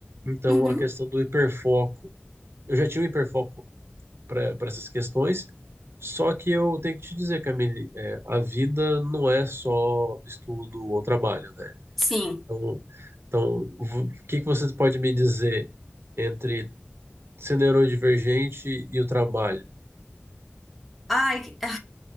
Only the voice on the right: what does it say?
Então,
a questão do hiperfoco. Eu já tinha um hiperfoco para essas questões, só que eu tenho que te dizer, Camille, é, a vida não é só estudo ou trabalho, né?
Então, então, v- o que que você pode me dizer entre ser neurodivergente e o trabalho?